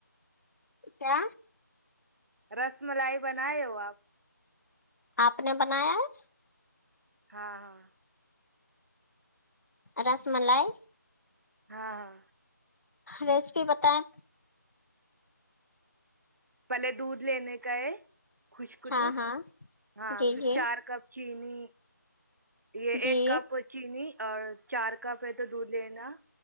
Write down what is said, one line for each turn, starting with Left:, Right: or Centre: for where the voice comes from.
Left: کیا
Right: رس ملائی بنائے ہو آپ
Left: آپ نے بنایا ہے
Right: ہاں ہاں
Left: رس ملائی
Right: ہاں ہاں
Left: ریسیپی بتائیں
Right: پہلے دودھ لینے کا ہے خشک
Left: ہاں
Right: دودھ
Left: ہاں
Right: ہاں
Left: جی
Right: پھر
Left: جی
Right: چار کپ چینی یہ
Left: جی
Right: ایک کپ چینی اور چار کپ ہے تو دودھ لینا